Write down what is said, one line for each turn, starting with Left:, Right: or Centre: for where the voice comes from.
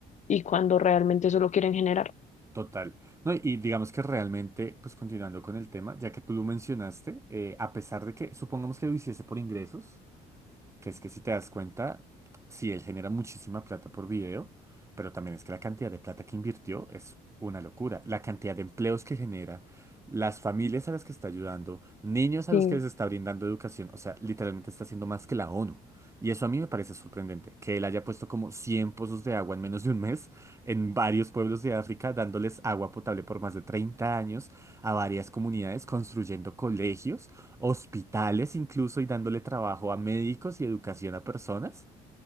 Left: y cuando realmente solo quieren generar.
Right: Total. No, y digamos que realmente, pues continuando con el tema, ya que tú lo mencionaste, eh, a pesar de que supongamos que lo hiciese por ingresos, que es que si te das cuenta, sí, él genera muchísima plata por video, pero también es que la cantidad de plata que invirtió es una locura. La cantidad de empleos que genera, las familias a las que está ayudando, niños a
Left: Sí,
Right: los que les está brindando educación, o sea, literalmente está haciendo más que la ONU. Y eso a mí me parece sorprendente, que él haya puesto como 100 pozos de agua en menos de un mes en varios pueblos de África, dándoles agua potable por más de 30 años a varias comunidades, construyendo colegios hospitales incluso y dándole trabajo a médicos y educación a personas,